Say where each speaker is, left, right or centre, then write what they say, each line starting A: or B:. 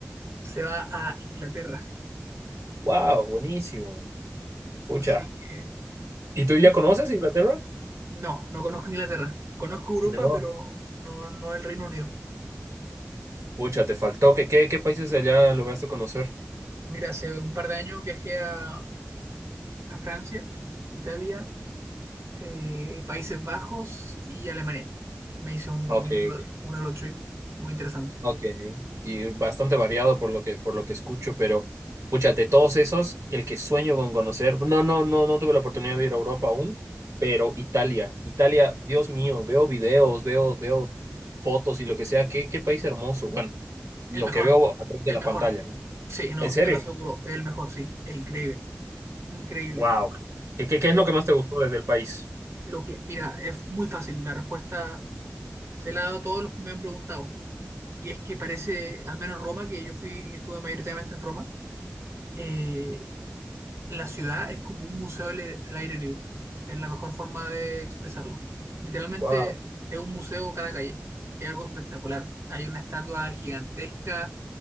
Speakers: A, on the right; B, on the right.
A: se va a Inglaterra.
B: Wow, buenísimo. Pucha.
A: Así que...
B: ¿Y tú
A: ¿Mm?
B: ya conoces Inglaterra?
A: No, no conozco Inglaterra. Conozco Europa,
B: No.
A: pero no, no el Reino Unido.
B: Pucha, te faltó. ¿Qué, qué, qué países de allá lograste conocer?
A: Mira, hace un par de años viajé a, a Francia, Italia, eh, Países Bajos y Alemania. Me hice un,
B: Ok,
A: un, euro- un Eurotrip muy interesante.
B: ok. Y bastante variado por lo que, por lo que escucho, pero pucha, de todos esos, el que sueño con conocer, no, no, no, no tuve la oportunidad de ir a Europa aún, pero Italia, Italia, Dios mío, veo videos, veo, veo fotos y lo que sea, qué, qué país hermoso. Bueno, lo
A: El mejor,
B: que veo a través de
A: el
B: la
A: mejor.
B: pantalla, ¿no?
A: Sí, no,
B: ¿En serio?
A: te lo aseguro, el mejor, sí, es increíble, increíble.
B: Wow. ¿Qué, qué, qué es
A: Es
B: lo que más te gustó desde el país?
A: lo que, mira, es muy fácil, la respuesta se la he dado a todos los que me han preguntado. Y es que parece, al menos Roma, que yo fui, estuve mayoritariamente en Roma, eh, la ciudad es como un museo al aire al aire libre. Es la mejor forma de expresarlo. Literalmente
B: Wow.
A: es un museo cada calle. Es algo espectacular. Hay una estatua gigantesca